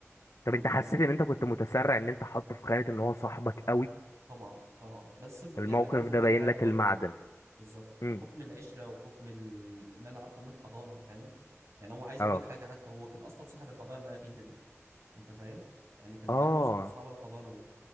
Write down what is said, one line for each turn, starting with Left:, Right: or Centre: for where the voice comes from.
Right: يعني
Left: طب انت حسيت
Right: هو
Left: ان انت كنت متسرع ان انت حاطه في خانة ان هو صاحبك قوي
Right: طبعا طبعا بس ب...
Left: الموقف
Right: يعني انا عايز اقول
Left: ده
Right: لك
Left: باين
Right: حاجه
Left: لك
Right: برضو
Left: المعدن
Right: بالظبط
Left: امم
Right: بحكم العشره وبحكم ال... ان انا عارفه من حضانه فاهم يعني هو عايز اقول
Left: اه
Right: لك حاجه حتى هو كان اصلا صاحب الحضانه اللي انا فيها دي انت فاهم يعني كانوا
Left: اه
Right: اهله صح- صحاب الحضانه دي